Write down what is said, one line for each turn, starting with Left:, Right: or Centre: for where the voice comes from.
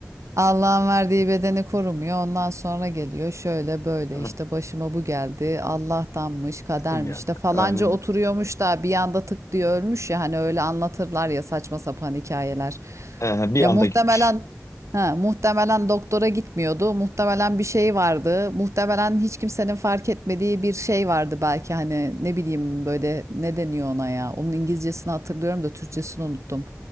Right: Allah'ın verdiği bedeni korumuyor. Ondan sonra geliyor şöyle böyle
Left: <laughs>
Right: işte başıma bu geldi. Allah'tanmış, kadermiş
Left: Geldi.
Right: de falanca
Left: Aynen.
Right: oturuyormuş
Left: öyle.
Right: da bir anda tık diye ölmüş ya hani öyle anlatırlar ya saçma sapan hikayeler.
Left: Ee, bir
Right: Ya
Left: anda
Right: muhtemelen
Left: gitmiş.
Right: ha, muhtemelen doktora gitmiyordu. Muhtemelen bir şey vardı. Muhtemelen hiç kimsenin fark etmediği bir şey vardı belki hani ne bileyim böyle ne deniyor ona ya. Onun İngilizcesini hatırlıyorum da Türkçesini unuttum.